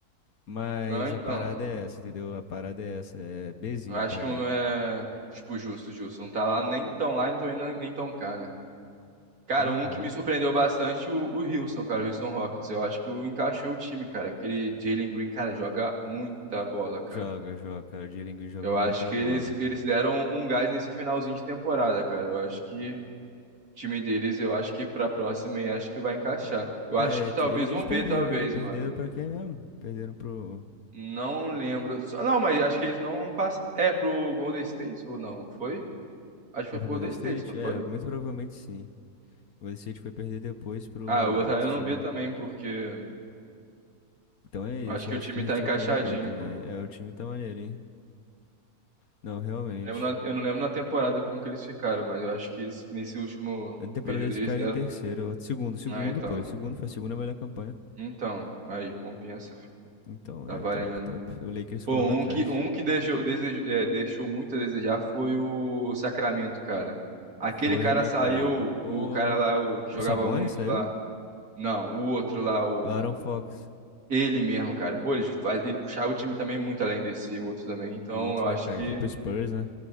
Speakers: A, on the left; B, on the right.
A: mas
B: Não, então.
A: a parada é essa, entendeu? A parada é essa, é Bzinho
B: Eu acho
A: pra
B: que
A: mim.
B: um é. Tipo, justo, justo. Não tá lá nem tão lá, então nem, nem tão cá, né? Cara,
A: Aham.
B: um que me surpreendeu bastante, o, o Houston, cara, o Houston Rockets. Eu acho que o encaixou o time, cara. Aquele Jalen Green, cara, joga muita bola,
A: Joga,
B: cara.
A: joga, cara. O Dielingo joga
B: Eu
A: muita
B: acho que
A: bola.
B: eles, eles deram um gás nesse finalzinho de temporada, cara. Eu acho que. time deles, eu acho que pra próxima e acho que vai encaixar. Eu
A: É,
B: acho que talvez
A: tio, ele- eles
B: um
A: perderam,
B: B, talvez,
A: né? Perderam
B: mano.
A: pra quem mesmo? Perderam pro,
B: Não lembro. Só- Não, mas acho que eles não passam. É, pro Golden State ou não? Foi? Acho que foi
A: pro
B: pro
A: Golden
B: Golden State,
A: State?
B: não
A: É,
B: foi?
A: muito provavelmente sim. O City foi perder depois pro
B: Ah, eu botaria
A: outro time,
B: no B
A: né?
B: também, porque eu
A: Então é isso,
B: acho que
A: eu
B: o
A: acho
B: time
A: que o Restor
B: tá encaixadinho,
A: também é B também.
B: pô.
A: É, o time tá maneiro, hein? Não, realmente.
B: Não lembro na- Eu não lembro na temporada como que eles ficaram, mas eu acho que eles, nesse último
A: Na temporada
B: período,
A: eles
B: eles
A: ficaram
B: deram.
A: em terceiro. ou Segundo, segundo,
B: Ah, então.
A: pô. Segundo foi a segunda melhor campanha.
B: Então, aí, compensa, filho.
A: Então,
B: Tá
A: é
B: valendo.
A: top, top. O Lakers
B: Pô,
A: colocou
B: um
A: atrás.
B: que, um que deixou, desejo- é, deixou muito a desejar foi o Sacramento, cara. Aquele
A: Foi,
B: cara
A: né,
B: saiu,
A: cara? Pô.
B: o cara lá, o que jogava
A: O Sabonis
B: muito
A: saiu?
B: lá. Não, o outro lá, o.
A: O Aaron Fox.
B: Ele mesmo, cara. Pô, ele, fa- ele puxava o time também muito além desse outro também. Então,
A: Muito,
B: eu acho
A: né, cara?
B: que.
A: Ele foi pro Spurs, né?